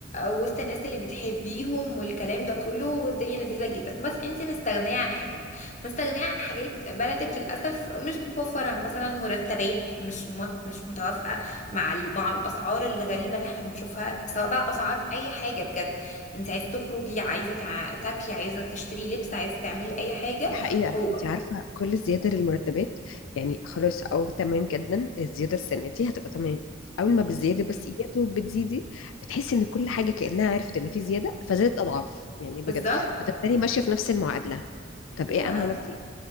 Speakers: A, on the left; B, on the left.
A: ووسط الناس اللي بتحبيهم والكلام ده كله الدنيا لذيذة جدا بس انت مستغنية عن حاجات مستغنية عن حاجات بلدك للأسف مش بتوفرها مثلا مرتبات مش مو- مش متوافقة مع ال- مع الأسعار الغريبة اللي احنا بنشوفها سواء بقى أسعار أي حاجة بجد انت عايزة تخرجي عايزة تع- تاكلي عايزة تشتري لبس عايزة تعملي أي حاجة
B: الحقيقة
A: مش هو
B: انت
A: حوار
B: عارفة كل زيادة للمرتبات يعني خلاص او تمام جدا الزيادة السنة دي هتبقى تمام اول ما بالزيادة بس يا دوب بتزيدي بتحسي ان كل حاجة كأنها عرفت ان في زيادة فزادت اضعاف يعني بجد
A: بالظبط
B: بتبتدي ماشية في نفس المعادلة
A: ايوه
B: طب ايه انا عملت ايه